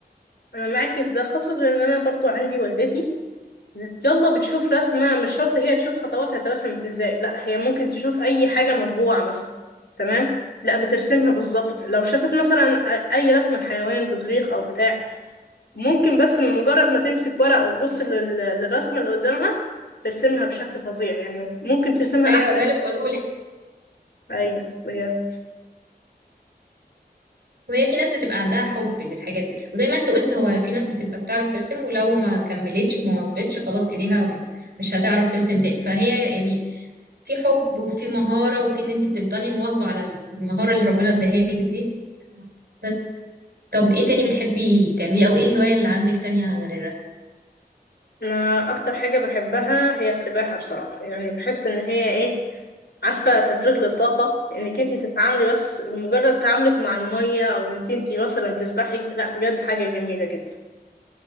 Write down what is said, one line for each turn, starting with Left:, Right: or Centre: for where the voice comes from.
Left: انا معاكي في ده خاصه ان انا برضو عندي والدتي يلا بتشوف رسمة مش شرط هي تشوف خطواتها اترسمت ازاي لا هي ممكن تشوف اي حاجة مطبوعة مثلا تمام لا بترسمها بالظبط لو شافت مثلا أ- اي رسمة لحيوان بطريق او بتاع ممكن بس مجرد ما تمسك ورق وتبص لل- للرسمة اللي قدامها ترسمها بشكل فظيع يعني ممكن ترسمها
Right: ايوه
Left: احلى
Right: ده
Left: <laughs>
Right: اللي بقوله
Left: من المكتوب.
Right: لك
Left: ايوه بجد
Right: وهي في ناس بتبقى عندها حب للحاجه دي وزي ما انت قلتي هو في ناس بتبقى بتعرف ترسم ولو ما كملتش وما واظبتش خلاص ايديها مش هتعرف ترسم تاني فهي يعني في حب وفي مهاره وفي ان انت بتفضلي مواظبه على المهاره اللي ربنا اداها لك دي بس طب ايه تاني بتحبي تعمليه او ايه الهواية اللي عندك تانية غير الرسم
Left: انا اكتر حاجة بحبها هي السباحة بصراحة يعني بحس ان هي ايه عارفة تفريغ للطاقة انك انتي تتعاملي بس مجرد تعاملك مع المية او انك انتي مثلا تسبحي لا بجد حاجة جميلة جدا